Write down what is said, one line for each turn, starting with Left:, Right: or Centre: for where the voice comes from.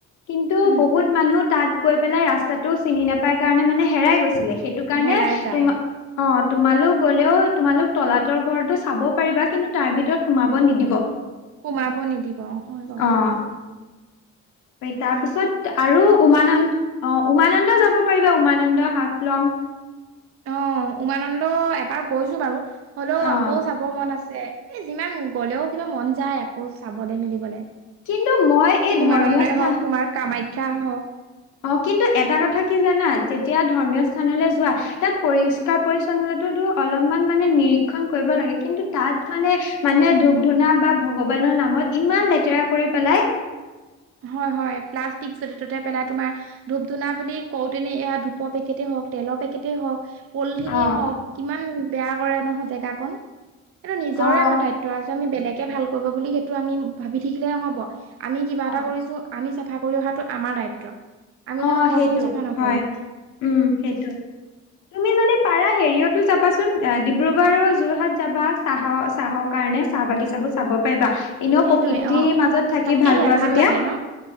Left: কিন্তু
Right: উম
Left: বহুত মানুহ তাত গৈ পেলাই ৰাস্তাটো চিনি নাপাই কাৰণে মানে হেৰাই গৈছিলে। সেইটো কাৰণে
Right: হেৰাই যায়
Left: তোমা
Right: অ
Left: অ', তোমালোক গ'লেও তোমালোক তলাতৰ ঘৰটো চাব পাৰিবা, কিন্তু তাৰ ভিতৰত সোমাব
Right: উম
Left: নিদিব,
Right: সোমাব নিদিব হয় বাৰু
Left: অ', তাৰপিছত আৰু উমানন্দ অ', উমানন্দ যাব পাৰিবা উমানন্দ, হাফলং
Right: অ', উমানন্দ এবাৰ গৈছো বাৰু, হ'লেও
Left: অ
Right: আকৌ চাব মন আছ এ যিমান গ'লেও কিবা মন যায় আকৌ চাবলে মেলিবলে
Left: কিন্তু মই এই ধৰ্মীয়
Right: উমানন্দই
Left: স্থান
Right: হওঁক, তোমাৰ কামাখ্যাই হওঁক
Left: অ', কিন্তু এটা কথা কি জানা? যেতিয়া ধৰ্মীয় স্থানলৈ যোৱা, তাত পৰিষ্কাৰ পৰিচ্ছন্নতো টো অলপ মানে নিৰীক্ষণ কৰিব লাগে, কিন্তু তাত মানে মানুহে ধূপ ধুনা বা ভগৱানৰ নামত ইমান লেতেৰা কৰি পেলাই
Right: হয়, হয়, প্লাষ্টিক যতে ত'তে পেলাই তোমাৰ ধূপ-ধুনা বুলি কওতেনে এয়া ধূ ধূপৰ পেকেটেই হওঁক, তেলৰ পেকেটেই হওঁক, পলিথিনে
Left: অ
Right: হওঁক, কিমান বেয়া কৰে নহয় জেগা কন, এইটো নিজৰে
Left: অ
Right: আমাৰ দায়িত্ব আজি আমি বেলেগ কে ভাল কৰিব সেইটো আমি ভাবি থাকিলে নহব, আমি কিবা
Left: অ
Right: এটা কৰিছোঁ আমি চাফ চাফা কৰি অহাটো আমাৰ দায়িত্ব আমি
Left: অ',
Right: জানো ঘৰখন
Left: সেইটো
Right: চাফা নকৰো
Left: হয়, উম', সেইটোয়ে, তুমি যদি পাৰা হেৰিয়তো যাবাচোন, ডিব্ৰুগড় আৰু যোৰহাট যাবা, চাহৰ-চাহৰ কাৰণে চাহ বাগিচা বো চাব পাৰিবা এনেও
Right: সেইটোয়ে
Left: প্ৰকৃতিৰ
Right: অ'।
Left: মাজত থাকি
Right: তাকেহে
Left: ভাল পোৱা যেতিয়া,
Right: লাগে ন